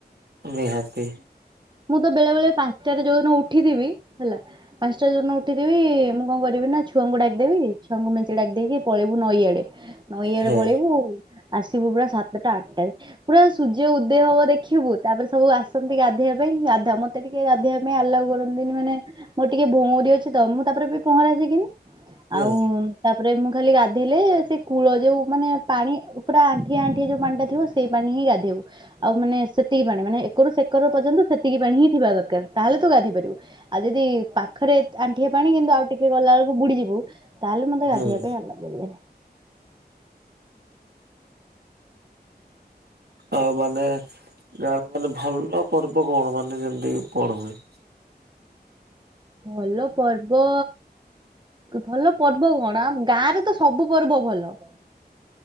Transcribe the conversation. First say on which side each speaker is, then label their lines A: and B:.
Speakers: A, on the right (about 70°); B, on the right (about 25°).
A: ନିହାତି।
B: ମୁଁ ତ ବେଳେ ବେଳେ ପାଞ୍ଚଟାରେ ଯୋଉଦିନ ଉଠିଥିବି, ହେଲା ପାଞ୍ଚଟା ଜନ ଉଠିଦେବି ମୁଁ କଣ କରିବି ନା ଛୁଆଙ୍କୁ ଡାକିଦେବି, ଛୁଆଙ୍କୁ ମେଞ୍ଚେ ଡାକି ଦେଇକି ପଳେଇବୁ ନଇଆଡେ। ନଈଆଡେ
A: ହଁ
B: ପଳେଇବୁ ଆସିବୁ ପୁରା ସାତଟା ଆଠଟାରେ। ପୁରା ସୂର୍ଯ୍ୟ ଉଦୟ ହବ ଦେଖିବୁ। ତାପରେ ସବୁ ଆସନ୍ତି ଗାଧୋଇବା ଗାଧା ମତେ ଟିକେ ଗାଧେବା ପାଇଁ ଆଲାଉ କରନ୍ତିନି ମାନେ ମୋର ଟିକେ ଭଉରୀ ଅଛି ତ ମୁଁ ତାପରେ ବି ପହଁରାସିକିନି
A: ହୁଁ
B: ଆଉ ତାପରେ ମୁଁ ଖାଲି ଗାଧେଇଲେ କୂଳ ଯୋଉ ମାନେ ପାଣି ପୁରା ଆଣ୍ଠିଏ ଆଣ୍ଠିଏ ଯୋଉ ପାଣିଟା ଥିବ ସେ ସେଇ ପାଣି ହିଁ ଗାଧେଇବୁ। ଆଉ ମାନେ ସେତିକି ପାଣି ମାନେ ଏକରୁ ସେ ସେକର ପର୍ଯ୍ୟନ୍ତ ସେତିକି ପାଣି ହିଁ ଥିବ। ଦରକାର ତାହେଲେ ତୁ ଗାଧି ପାରିବୁ ଆଉ ଯଦି ପା ପାଖରେ ଆଣ୍ଠିବା ପାଣି କିନ୍ତୁ ଆଉ ଟିକେ ଗଲାବେଳକୁ ବୁଡ଼ିଯିବୁ ତାହେଲେ ମତେ
A: ହୁଁ
B: ଗାଧେଇବା ପାଇଁ ଆଲାଓ କରିବେନି।
A: ଆଉ ମାନେ ଗାଁ ମାନେ ଭଲ ପର୍ବ କଣ ମାନେ ଯେମିତି କଣ ହୁଏ?
B: ଭଲ ପର୍ବ ଭଲ ପର୍ବ କଣ? ଗାଁ ରେ ତ ସବୁ ପର୍ବ ଭଲ।